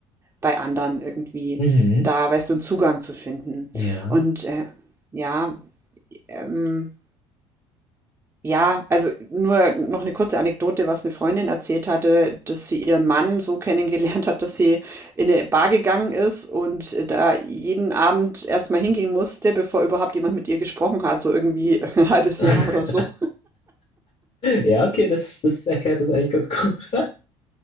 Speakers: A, on the right; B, on the left.
A: bei anderen irgendwie
B: Mhm.
A: da, weißt du, 'n Zugang zu finden.
B: Ja.
A: Und, äh, ja, ähm ja, also nur noch eine kurze Anekdote, was eine Freundin erzählt hatte, dass sie ihren Mann so kennengelernt hat, dass sie in eine Bar gegangen ist und da jeden Abend erstmal mal hingehen musste, bevor überhaupt jemand mit ihr gesprochen hat, so irgendwie <laughs> 'n halbes
B: <laughs>
A: Jahr oder so.
B: Ja, okay, das, das erklärt das eigentlich ganz gut. <laughs>